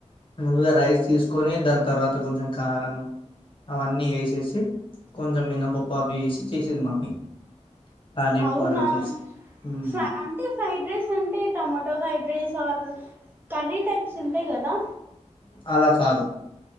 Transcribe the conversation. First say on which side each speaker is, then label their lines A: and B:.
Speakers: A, on the left; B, on the right.
A: ముందుగా రైస్ తీసుకొని దాని తర్వాత కొంచెం కారం అవన్నీ వేసేసి కొంచెం మినపప్పు అవి వేసి చేసింది మమ్మీ తాలింపు
B: అవునా
A: అలా చేసి ఉమ్
B: ఫ్రా అంటే ఫ్రైడ్ రైస్ అంటే tomato fried rice or curry types ఉంటాయి కదా
A: అలా కాదు